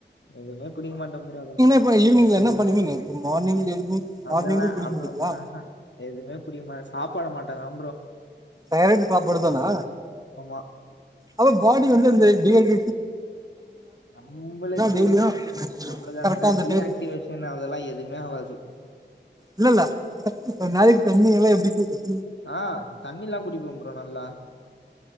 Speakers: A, on the left (about 75°); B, on the right (about 20°).
A: எதுவுமே குடிக்க மாட்டோம் ப்ரோ
B: இப்ப ஈவினிங்ல என்ன பண்ணுவீங்க இப்ப மார்னிங் எழுப்பி
A: அதெல்லாம்
B: மார்னிங்கு குடிக்க
A: அதெல்லாம்
B: மாட்டீங்களா
A: அத அஹ் அஹ் எதுவுமே குடிக்க மாட்ட சாப்படு மாட் காம்பரம்
B: டடைர்ட் சாப்பாடு தனா
A: ஆமா
B: அவ பாடி வந்து இந்த டி அக்
A: நம்மளுக்கு
B: டெய்லியு
A: நம்மளுக்கு
B: கரெக்டா
A: அந்த டிஆக்டிவேஷன்
B: டேபிள்
A: அதெல்லாம் எதுவுமே ஆகாது
B: இல்லல்ல நளைக்கு தண்ணி எல்லாம் எப்படி <unintelligible>
A: ஆஹ் தண்ணில்லாம் குடிப்போம் பரோம் நல்லா